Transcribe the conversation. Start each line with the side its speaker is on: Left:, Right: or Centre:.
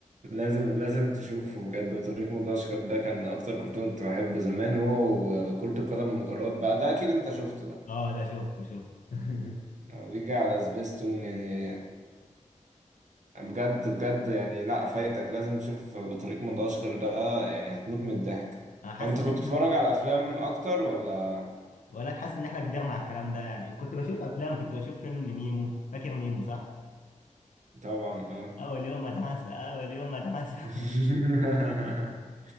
Right: لازم لازم تشوفه بجد بطريق مدغشقر ده كان اكتر كرتون كنت بحبه زمان هو وكرة القدم مجرات بقى ده اكيد انت شفته ده
Left: اه ده شفته شفته <laughs>
Right: لما بيجي على سبيستون يعني بجد بجد يعني لا فايتك لازم تشوف بطريق مدغشقر ده يعني هتموت من الضحك
Left: انا حاسس
Right: طب انت
Left: ان
Right: كنت
Left: احنا
Right: بتتفرج على افلام اكتر ولا
Left: بقول لك حاسس ان احنا كبرنا على الكلام ده يعني كنت بشوف افلام كنت بشوف فيلم نيمو فاكر نيمو صح
Right: طبعا اه
Left: اول يوم مدرسة اول يوم مدرسة
Right: <laughs>
Left: <laughs>